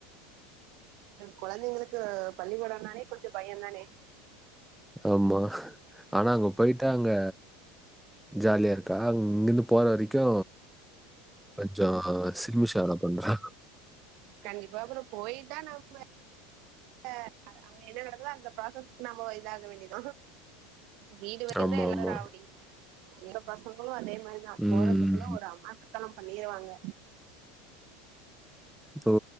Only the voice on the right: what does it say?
கொழந்தைங்களுக்கு பள்ளிக்கொட நாளே கொஞ்ச பயந்தானே
கண்டிப்பா அப்பற போயிதா நம்ப அ அங் அங்க என்ன நடக்குதோ அந்த ப்ராசஸ்க்கு நம்ம இதாக வேண்டியதா வீடு வக்கிரதா
எல்லா
ராவுடி எங்க பசங்களு அதே மாதி ரிதா
போறத்துக்குள்ள ஒரு அமர்க்கல பண்ணிருவாங்க